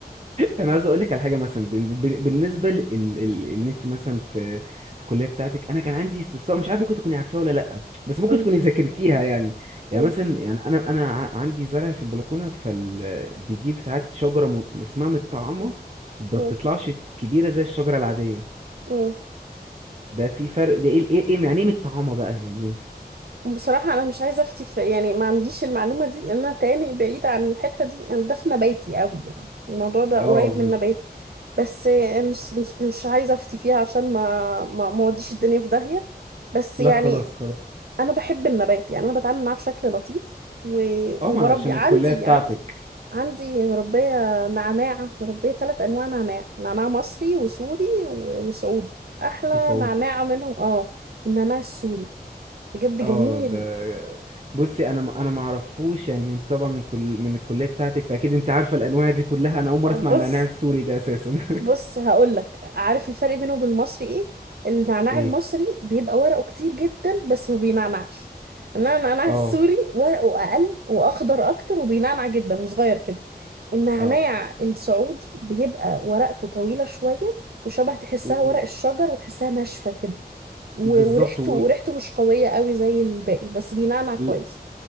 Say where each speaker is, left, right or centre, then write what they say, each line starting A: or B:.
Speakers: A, on the right (about 40°); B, on the right (about 70°).
A: انا عايز اقول لك على حاجه مثلا بن... بن... بالنسبه لل ال... ال... ان انت مثلا في في الكليه بتاعتك انا كان عندي استفسار مش عارف ممكن تكوني عارفاه ولا لا بس ممكن
B: <laughs> قولي
A: تكوني ذاكرتيها يعني يعني
B: مم.
A: مثلا يعني انا انا ع- عندي زرع في البلكونه فال... بيجيب ساعات شجره م... اسمها متطعمه ما
B: مم.
A: بتطلعش كبيره زي الشجره العاديه
B: مم.
A: ده في فرق ده ايه ايه إيه- يعني ايه متطعمه بقى يعني ايه
B: بصراحه انا مش عايزه افتي في يعني ما عنديش المعلومه دي لان انا تاني بعيده عن الحته دي انا ده في نباتي قوي يعني الموضوع ده
A: اه
B: قريب من نباتي بس مش مش مش عايزه افتي فيها عشان ما ما ما اوديش الدنيا في داهيه بس
A: لا
B: يعني
A: خلاص خلاص
B: انا بحب النبات يعني انا بتعامل معاه بشكل لطيف و... وبربي
A: اه ما عشان
B: عندي
A: الكلية بتاعتك
B: عندي عندي مربيه نعناع مربيه ثلاث انواع نعناع نعناع مصري وسوري و... وسعودي احلى
A: سعودي
B: نعناع منهم اه النعناع السوري بجد
A: اه
B: جميل
A: ده بصي انا ما- انا ما اعرفوش يعني من طبعا من كل من الكلية بتاعتك فاكيد انت عارفة الانواع دي كلها انا اول مرة
B: أو
A: اسمع
B: بص
A: ان نعناع السوري ده اساسا
B: بص هقولك عارف الفرق بينه وبين المصري ايه النعناع
A: <laughs> ايه
B: المصري بيبقى ورقه كتير جدا بس ما بينعنعش انما النعناع
A: اه
B: السوري ورقه اقل واخضر اكتر وبينعنع جدا وصغير كده النعناع
A: اه
B: السعودي بيبقى ورقته طويله شويه وشبه تحسها
A: و-
B: ورق الشجر وتحسها ناشفه كده و-
A: بالظبط
B: وريحته
A: و...
B: وريحته مش قويه قوي زي الباقي بس بينعنع كويس
A: ل-